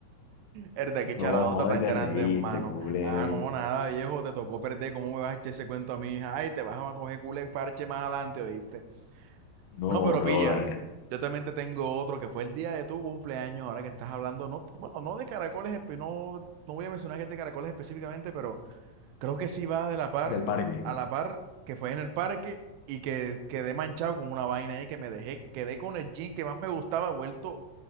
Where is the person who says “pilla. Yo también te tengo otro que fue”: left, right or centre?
Right